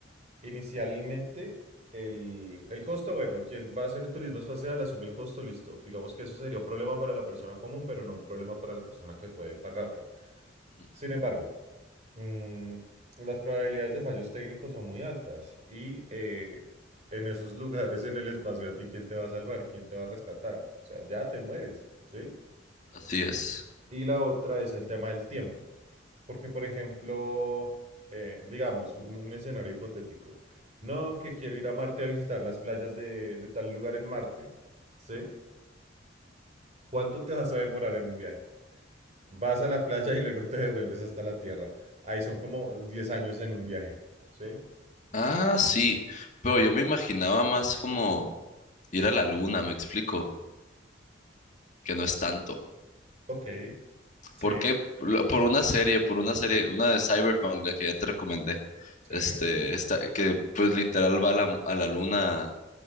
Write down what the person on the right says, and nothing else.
Inicialmente, el, el costo, bueno, quien va a hacer turismo espacial asume el costo, listo. Digamos que eso sería un problema para la persona común, pero no un problema para la persona que puede pagarlo.
Sin embargo, mm, las probabilidades de fallos técnicos son muy altas y eh, en esos <laughs> lugares en el espacio, ¿a ti quién te va a salvar? ¿Quién te va a rescatar? O sea, ya te mueres, ¿sí?
Y la otra es el tema del tiempo. Porque, por ejemplo, eh, digamos, un escenario hipotético. No, que quiero ir a Marte a visitar las playas de, de tal lugar en Marte. ¿Sí? ¿Cuánto te vas a demorar en un viaje? Vas a la playa y luego te devuelves hasta la Tierra. Ahí son como 10 años en un viaje. ¿Sí?
Ok. Sí.
Sí.